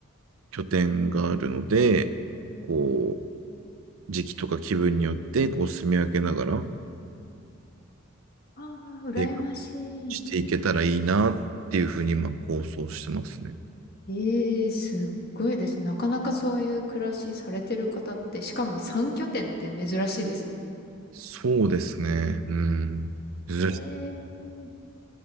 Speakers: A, on the right; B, on the left.
A: 拠点があるので、こう、時期とか気分によって、こう、住み分けながら、
B: ああ、羨ましい。
A: 生活していけたらいいなっていうふうに、まあ、構想してますね。
B: ええー、すっごいですね。なかなかそういう暮らしされてる方って、しかも3拠点って珍しいですね。
A: そうですね。うん。珍しい。
B: へえ。